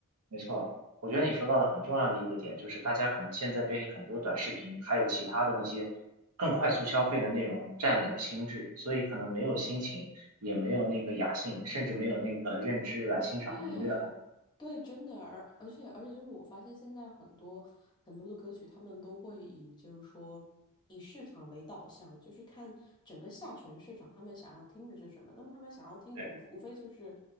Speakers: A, on the right; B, on the left.
A: 没错，我觉得你说到了很重要的一个点，就是大家可能现在被很多短视频，还有其他的那些更快速消费的内容占领了心智，所以可能没有心情，也没有那个雅兴，甚至没有那个认知来欣赏音乐了。
B: 对，对，真的，而而且而且就是我发现现在很多很多的歌曲，他们都会以就是说以市场为导向，就是看整个下沉市场他们想要听的是什么。那么他们想要听的无无非就是
A: 对，